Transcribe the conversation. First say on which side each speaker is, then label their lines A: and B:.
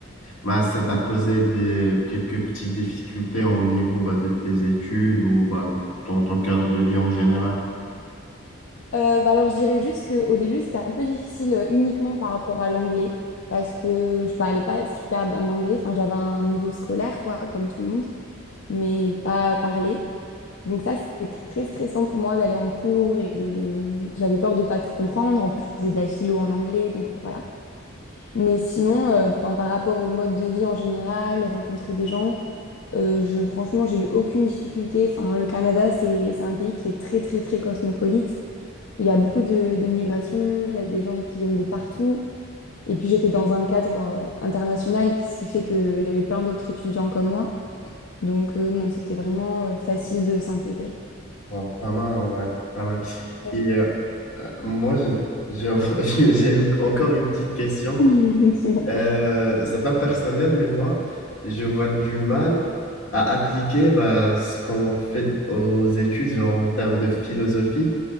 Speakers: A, on the left (about 80°); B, on the left (about 70°).
A: bah, ça t'a posé des, quelques petites difficultés au niveau bah, de tes études ou bah, dans ton cadre de vie en général?
B: Euh, bah alors, je dirais juste qu'au début, c'était un peu difficile euh, uniquement par rapport à l'anglais, parce que je parlais pas super bien anglais. Enfin, j'avais un niveau scolaire, quoi, comme tout le monde, mais pas parler. Donc ça, c'était très stressant pour moi d'aller en cours et de... J'avais peur de pas tout comprendre. En plus, je faisais de la philo en anglais, donc euh, voilà. Mais sinon, euh, enfin, par rapport au mode de vie en général, rencontrer des gens, euh, je, franchement, j'ai eu aucune difficulté. Enfin, le Canada, c'est, c'est un pays qui est très, très, très cosmopolite où il y a beaucoup de, de migrations, il y a des gens qui viennent de partout. Et puis j'étais dans un cadre euh, international, qui- ce qui fait qu'il y avait plein d'autres étudiants comme moi. Donc euh, non, c'était vraiment euh, facile de s'intégrer.
A: Bon, pas mal en vrai, pas mal.
B: Ouais.
A: Et euh, euh, moi, je- je- <laughs> j'ai j'ai encore une petite question.
B: <laughs> Tu vois.
A: Euh, c'est pas personnel, mais moi, je vois du mal à appliquer bah, ce qu'on fait aux études, genre en termes de philosophie.